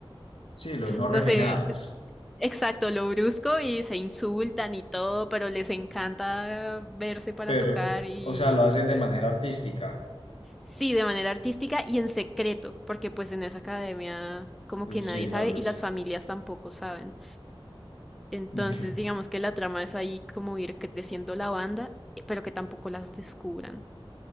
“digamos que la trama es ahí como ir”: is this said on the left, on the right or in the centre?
Centre